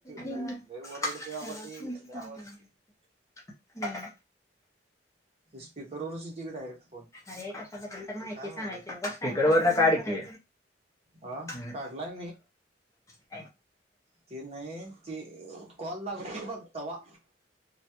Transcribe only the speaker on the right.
लय लय ओरडते आबा ते लय आवाज येतोय स्पीकर वरच येतोय डायरेक्ट फोन.
अरे
काय व्हायलय
हा
काढलाय
ती नाही. ती कॉल लावतीये बघ तवा.